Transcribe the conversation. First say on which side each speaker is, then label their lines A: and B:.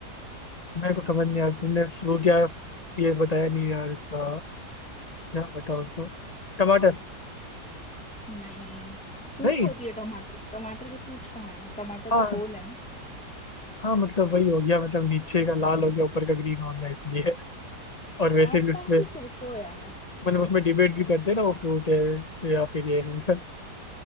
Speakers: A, on the left; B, in the centre.
A: मेरे को समझ नहीं आया तुमने वो क्या ये बताया नहीं यार इसका क्या बताओ उसको टमाटर
B: नहीं पूछ
A: नहीं
B: होती है टमाटर टमाटर की पूछ कहाँ है टमाटर
A: हाँ
B: तो गोल है ना
A: हाँ मतलब वही हो गया मतलब नीचे का लाल हो गया ऊपर का ग्रीन हो गया इसलिए और वैसे
B: आसपास
A: भी उसमें
B: ही सोचो यार
A: मतलब उसमें डिबेट भी करते हैं ना वो फ्रूट है या फिर ये है